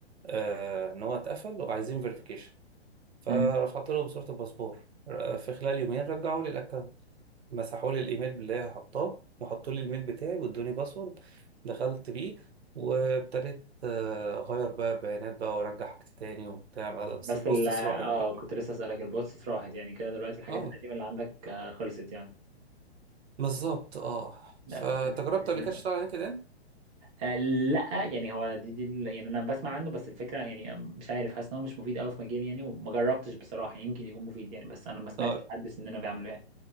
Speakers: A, on the right; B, on the right.
A: آه، إن هو اتقفل وعايزين فيريفيكيشن فرفعت
B: مم.
A: لهم صورة الباسبور آه، في خلال يومين رجعوا لي الأكونت مسحوا لي الايميل اللي هي حطاه وحطوا لي الميل بتاعي وادوني باسورد دخلت بيه وابتديت آه، اغير بقى بيانات بقى وارجع حاجات تاني وبتاع بس
B: بس
A: البوستس
B: ال اه
A: راحت بقى
B: كنت لسه اسألك البوستس راحت يعني كده دلوقتي الحاجات
A: اه
B: القديمة اللي عندك آه، خلصت يعني
A: بالظبط اه
B: لا
A: فانت جربت
B: تجديد
A: قبل كده تشتغل على لينكد ان
B: آه، لا يعني هو دي دي ال- يعني انا بسمع عنه بس الفكره يعني آه، مش عارف حاسس ان هو مش مفيد قوي في مجالي يعني وما جربتش بصراحه يمكن يكون مفيد يعني بس انا ما سمعتش
A: طيب
B: حد في سننا بيعمله يعني